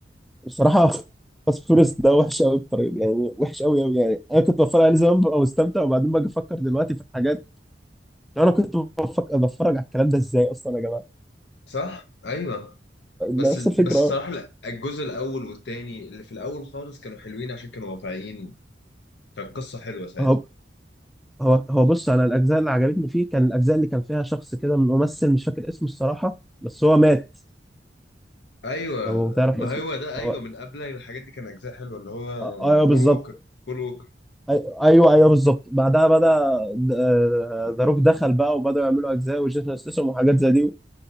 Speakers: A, in the centre; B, on the left.
A: بصراحة فاست فوريوس ده وحش قوي بطريقة يعني وحش قوي قوي يعني أنا كنت بتفرج عليه زمان ببقى مستمتع وبعدين باجي أفكر دلوقتي في الحاجات لو أنا كنت بفك- بتفرج على الكلام ده إزاي أصلا يا جماعة
B: صح ايوه بس
A: نفس
B: بس
A: الفكرة
B: الصراحه لا، الجزء الاول والتاني اللي في الاول خالص كانوا حلوين عشان كانوا واقعيين كانت قصه حلوه ساعتها
A: هو هو هو بص أنا الأجزاء اللي عجبتني فيه كان الأجزاء اللي كان فيها شخص كده من ممثل مش فاكر اسمه الصراحة بس هو مات
B: ايوه
A: لو تعرف
B: ما
A: اسمه
B: هو ده ايوه
A: هو
B: من قبل الحاجات دي كان اجزاء حلوه اللي هو
A: أيوه بالظبط
B: بول ووكر بول ووكر
A: أي- أيوه أيوه بالظبط بعدها بدأ آه، ذا روك دخل بقى وبدأوا يعملوا أجزاء وجيسون ستاثام وحاجات زي دي